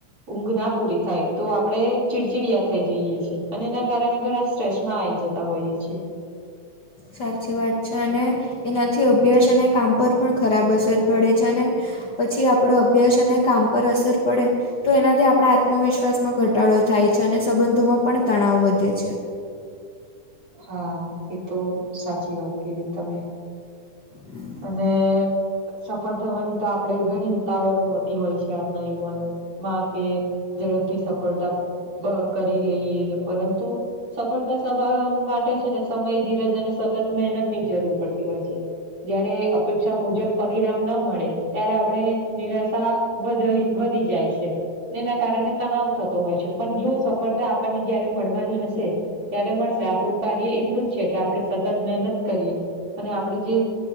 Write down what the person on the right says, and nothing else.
ઊંઘ ના પૂરી થાય તો આપડણે ચીડચીડિયા થઈ જઈએ છેએ અને એના કારણે ઘણા સ્ટ્રેસમાં આ આવી જતા ત હોય જ છે.
હા એ તો સાચી વાત કીધી તમે.
અને સફળ થવાની તો આપણેે ઘણી ઉતાવળ હોતી હોય છે આજના યુવાનોમાં કે ઝડપથી સફળતા કરી લઈએ પરંતુ સફળતા સભા માટે છે ને સમય ધીરજ અને સતત મહેનત ની જરૂર પડતી હોય છે. જયારે અપેક્ષા મુજબ પનીરમ ન મળે ત્યારે આપણે નિરાશા બધ વધી જાય છે. એના કારણે તણાવ થતો હોય છે પણ જો સફળતા આપણને જયારે મળવાની હશે ત્યારે મળશે આપડું કાર્ય એટલું જ છે કે આપડણે સતત મહેનત કરીએ અને આપડે જે